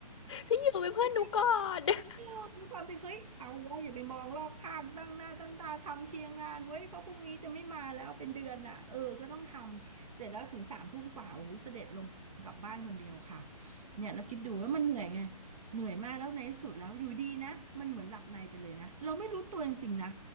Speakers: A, on the left; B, on the right.
A: พี่อยู่เป็นเพื่อนหนูก่อน
B: ด้ <laughs>
A: <laughs>
B: วยความที่เฮ้ยเอาไว้ยอย่าไปมองรอบข้างตั้งหน้าตั้งตาทำเคลียร์งานไว้ยเพราะพรุ่งนี้จะไม่มาแล้วเป็นเดือนอ่ะเออก็ต้องทำเสร็จแล้วถึงสามทุ่มกว่าโอ้โหเสด็จลงกลับบ้านคนเดียวค่ะเนี่ยแล้วคิดดูแล้วมันเหนื่อยไงเหนื่อยมากแล้วในที่สุดแล้วอยู่ดีนะมันเหมือนหลับในไปเลยนะเราไม่รู้ตัวจริงๆนะ